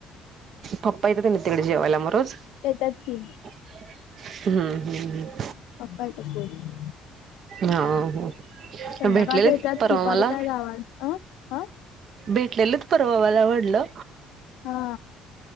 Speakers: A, on the right (about 50°); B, on the left (about 85°).
A: पप्पा इकडे नाय तिकडे जेवायला म रोज
B: येतात ती
A: हम्म हम्म हम्म.
B: पप्पा येतात रोज.
A: हा हो
B: संध्याकाळच
A: भेटलेलीत
B: येतात
A: परवा
B: दुपारी
A: मला.
B: काय गावात अ ह
A: भेटलेलीत परवा मला म्हटलं
B: हा.